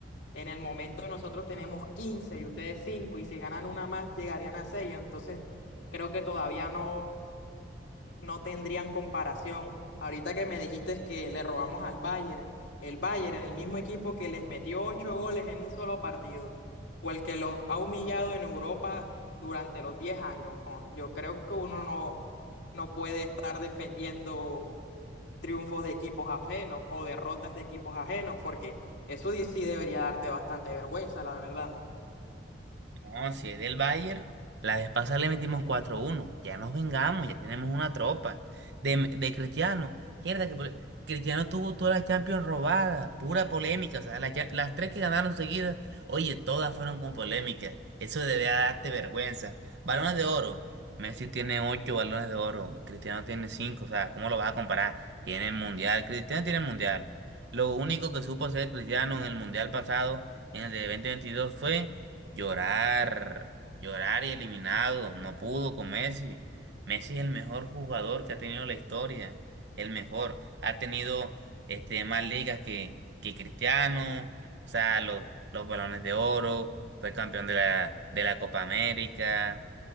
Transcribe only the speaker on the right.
No, si es del Bayern, la vez pasada le metimos cuatro uno. Ya nos vengamos, ya tenemos una tropa. De, de Cristiano, mierda que pole- Cristiano tuvo toda la Champions robada, pura polémica. O sea, la cha- las tres que ganaron seguidas, oye, todas fueron con polémica. Eso debe darte vergüenza. Balones de oro. Messi tiene ocho balones de oro, Cristiano tiene cinco. O sea, ¿cómo lo vas a comparar? Tiene el mundial, Cristiano tiene el mundial. Lo único que supo hacer Cristiano en el mundial pasado, en el de dos mil veintidós, fue. Llorar, llorar y eliminado, no pudo con Messi. Messi es el mejor jugador que ha tenido la historia, el mejor. Ha tenido este, más ligas que, que Cristiano, o sea, los, los balones de oro, fue campeón de la, de la Copa América,